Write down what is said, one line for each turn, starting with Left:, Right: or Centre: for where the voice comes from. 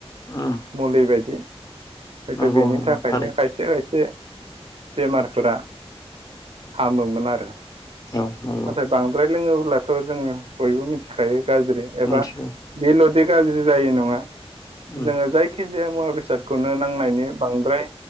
Left: उम
Right: मुलि बायदि हयथ'
Left: नंगौ
Right: बेनि
Left: नंगौ
Right: थाखायनो
Left: थारै
Right: खायसे खा से बेमारफोरा हामोमोन आरो।
Left: औ नंगौ
Right: नाथाय बांद्राय लोङोब्लाथ' जोङो बयबो मिथिखायो गाज्रि एबा
Left: मोनथिगौ
Right: बे गाज्रि जायो नङा
Left: उम
Right: जोङो जायखिजाया मुवा बेसादखौनो नांनायनि बांद्राय